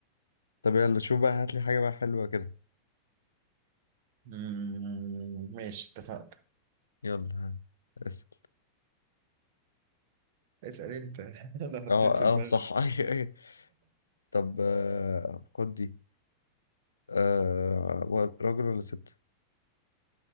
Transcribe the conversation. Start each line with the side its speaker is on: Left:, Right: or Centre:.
Left: طب يلا شوف بقى هات لي حاجة بقى حلوة كده
Right: مم، ماشي اتفقنا
Left: يلا ها اسأل
Right: اسأل انت <laughs> انا حطيت
Left: اه اه
Right: في دماغي
Left: صح <laughs> ايوه ايوه طب آه، خد دي آه، و- راجل ولا ست